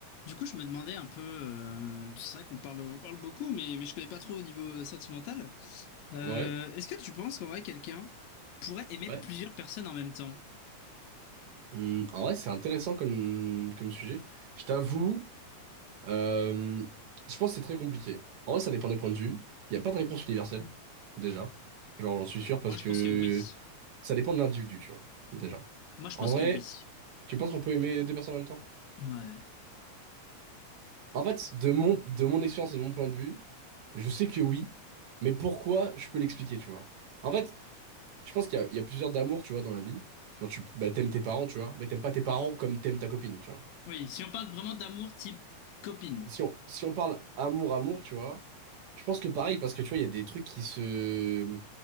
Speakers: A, on the left; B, on the right.
A: Du coup, je me demandais un peu, euh, c'est vrai qu'on parle, on parle beaucoup, mais, mais je connais pas trop au niveau euh, sentimental. Euh,
B: Ouais,
A: est-ce que tu penses qu'en vrai, quelqu'un pourrait aimer
B: ouais.
A: plusieurs personnes en même temps?
B: Hum, en vrai, c'est intéressant comme, comme sujet. Je t'avoue, euh, je pense que c'est très compliqué. En vrai, ça dépend des points de vue. Il n'y a pas de réponse universelle, déjà. Genre, j'en suis sûr parce
A: Moi, je
B: que
A: pense que oui.
B: ça dépend de l'individu, tu vois, déjà.
A: Moi, je
B: En
A: pense
B: vrai,
A: que oui.
B: tu penses qu'on peut aimer deux personnes en même temps?
A: Ouais.
B: En fait, de mon, de mon expérience et de mon point de vue, je sais que oui, mais pourquoi, je peux l'expliquer, tu vois. En fait, je pense qu'il y a, il y a plusieurs d'amour, tu vois, dans la vie. Genre, tu bah, t'aimes tes parents, tu vois, mais t'aimes pas tes parents comme t'aimes ta copine, tu vois.
A: Oui, si on parle vraiment d'amour type copine.
B: Si on, si on parle amour-amour, tu vois, je pense que pareil, parce que tu vois, il y a des trucs qui se...